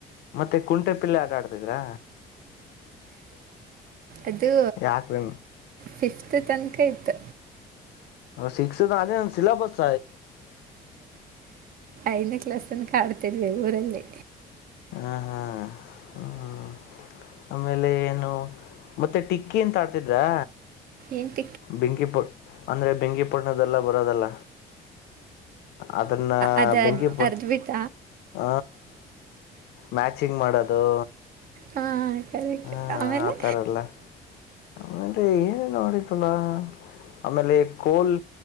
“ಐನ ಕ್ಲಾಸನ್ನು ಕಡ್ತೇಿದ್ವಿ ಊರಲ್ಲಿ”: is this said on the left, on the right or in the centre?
Right